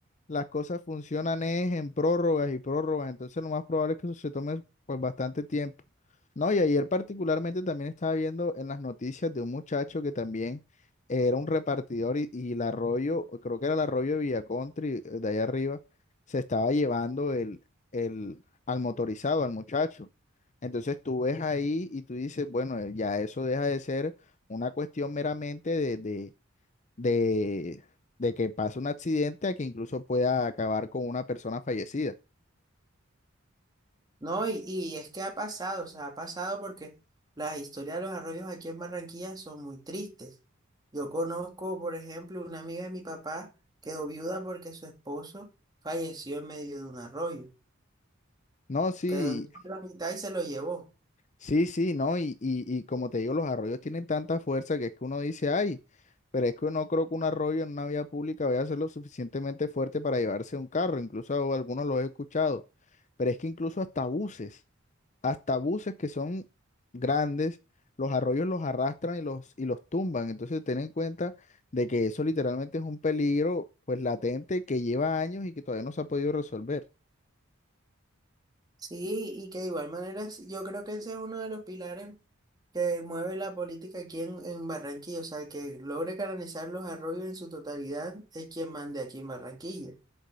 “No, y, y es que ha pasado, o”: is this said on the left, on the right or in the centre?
Right